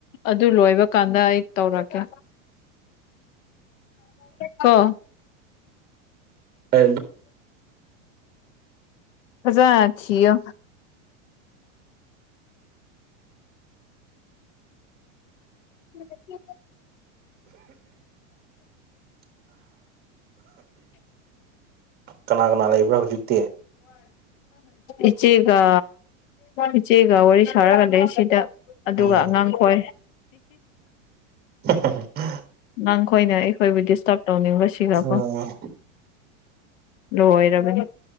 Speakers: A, on the left; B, on the right.
A: ꯑꯗꯨ ꯂꯣꯏꯕ ꯀꯥꯟꯗ ꯑꯩ ꯇꯧꯔꯛꯒꯦ ꯒꯣ
B: ꯑ <unintelligible>
A: ꯐꯖꯅ ꯊꯤꯌꯣ <inaudible>
B: ꯀꯅꯥ ꯀꯅꯥ ꯂꯩꯕ꯭ꯔꯥ ꯍꯧꯖꯤꯛꯇꯤ
A: ꯏꯆꯦꯒ ꯏꯆꯦꯒ ꯋꯥꯔꯤ ꯁꯥꯔꯒꯥꯟ ꯂꯩ ꯁꯤꯗ ꯑꯗꯨꯒ
B: ꯑꯣ
A: ꯑꯉꯥꯡꯈꯣꯏ
B: <unintelligible>
A: ꯅꯪꯈꯣꯏꯅ ꯑꯩꯈꯣꯏꯕꯨ ꯗꯤꯁꯇꯔꯕ ꯇꯧꯅꯤꯡꯕꯁꯤꯒꯀꯣ
B: ꯑꯣ
A: ꯂꯣꯏꯔꯕꯅꯦ